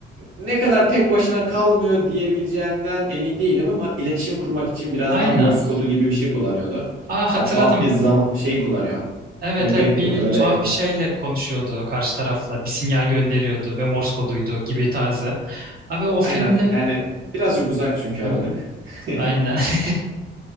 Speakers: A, on the right (about 80°); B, on the right (about 50°).
A: ne kadar tek başına kalmıyor diyebileceğinden emin değilim ama iletişim kurmak için biraz
B: Aynen.
A: daha Morse kodu gibi bir şey kullanıyordu.
B: Aa hatırladım.
A: Ya tuhaf bir zam şey kullanıyor.
B: Evet
A: Mekanik
B: evet bir
A: kullanıyor. Böyle
B: tuhaf bir şeyle konuşuyordu karşı tarafla. Bir sinyal gönderiyordu ve Morse koduydu gibi tarzı. Abi o filmde...
A: Aynen yani birazcık uzak çünkü
B: Hı
A: Aralık.
B: hı,
A: <laughs>
B: Aynen. <laughs>